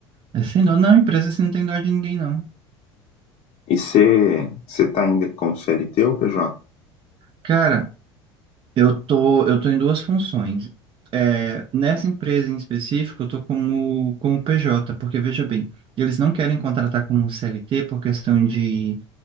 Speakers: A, on the right (about 40°); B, on the left (about 45°).
A: É, sem dó, não, empresa assim não tem dó de ninguém, não.
B: E você tá ainda como CLT ou PJ?
A: Cara, eu tô, eu tô em duas funções. É, nessa empresa em específico, eu tô como, como PJ, porque veja bem, eles não querem contratar como CLT por questão de,